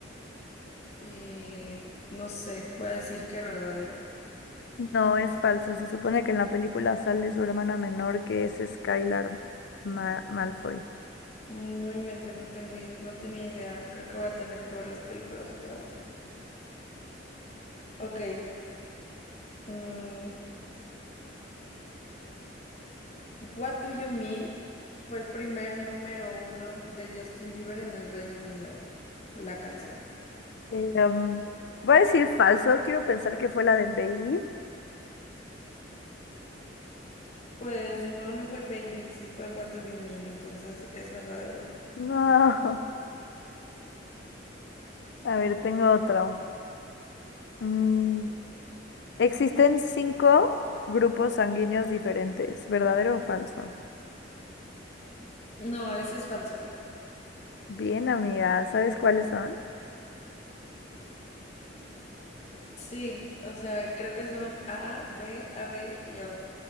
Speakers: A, on the left; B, on the left.
A: Y no sé, voy a decir que verdadero.
B: No, es falso. Se supone que en la película sale su hermana menor, que es Skylar Ma- Malfoy.
A: Mm, No inventes, no tengo, ide- no tenía idea. Creo que voy a tener que ver las películas otra vez. Ok. mm, What Do You Mean fue el primer número uno de Justin Bieber en el Reino Unido, la canción.
B: Eh, um, voy a decir falso. Quiero pensar que fue la de Baby.
A: Pues no, no fue Baby, sí fue What Do You Mean, entonces es verdadero.
B: No. <laughs> A ver, tengo otro. Mm, existen cinco grupos sanguíneos diferentes. ¿Verdadero o falso?
A: No, eso es falso.
B: Bien, amiga. ¿Sabes cuáles son?
A: Sí, o sea, creo que son A, B, A, B y O.